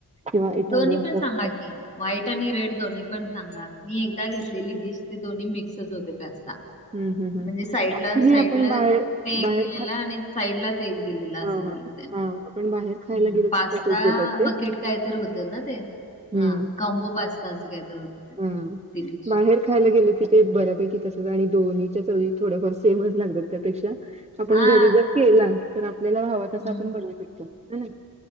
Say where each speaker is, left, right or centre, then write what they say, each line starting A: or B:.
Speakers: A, on the right; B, on the left.
A: किंवा इटालियन
B: दोन्ही पण सांगा
A: पास्ता
B: की. व्हाईट आणि रेड दोन्ही पण सांगा मी एकदा घेतलेली डिश ते दोन्ही मिक्सच होते पास्ता
A: हं, हं, हं.
B: म्हणजे साईडला
A: ऍक्च्युली
B: साईडला
A: आपण बाहेर
B: ते एक
A: बाहेर
B: दिलेला
A: खा
B: आणि साईडला ते एक दिलेल अस
A: हां,
B: दिलं
A: हां.
B: त्यानी
A: हां, आपण बाहेर खायला गेलो
B: पास्ता
A: की तसंच देतात ते.
B: बकेट काय तर होत. ते हा
A: हं,
B: कांम्बो पास्ता असं काय तर होत
A: हां.
B: ते डिश
A: बाहेर खायला गेलो की ते बऱ्यापैकी तसच आणि दोन्हीच्या चवी थोड्याफार सेमच लागतात त्यापेक्षा आपण
B: हां.
A: घरी जर केला तर आपल्याला हवा तसा
B: हं.
A: आपण बनवू शकतो ह्य ना